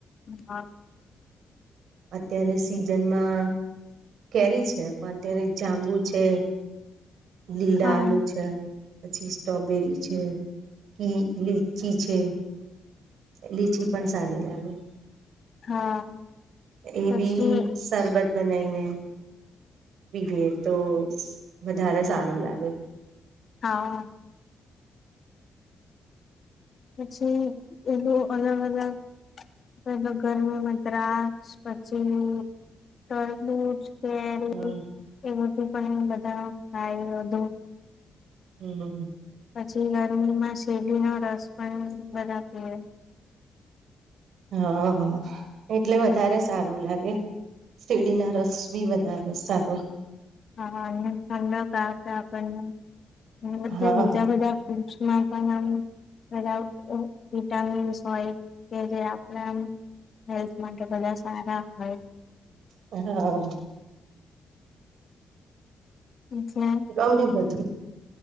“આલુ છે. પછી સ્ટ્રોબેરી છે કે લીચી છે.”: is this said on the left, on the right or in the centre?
Right